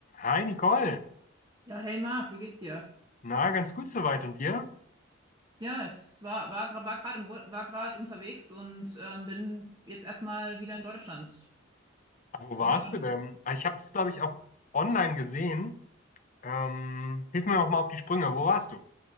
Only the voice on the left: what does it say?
Hi Nicole,
na ganz gut soweit und dir?
Wo warst
du denn? Ah, Ich habe es glaube ich auch online gesehen. Ähm, hilf mir noch mal auf die Sprünge. Wo warst du?